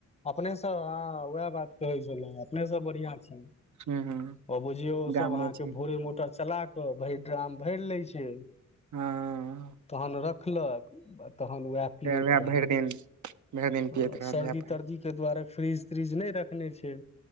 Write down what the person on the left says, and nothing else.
अपनेसँ हँ उएह बात कहै छलहु अपनेसँ बढ़िआं छ
आ बुझियौ
सब
अहाँके
भोरे मोटा चला के भैर ड्राम भरि ले छै
तहन रखलक आ तहन वएह पीबैत
रहल
ह
सर्दी
तर्दी के दुआरे फ्रीज त्रीज नहि रखने छै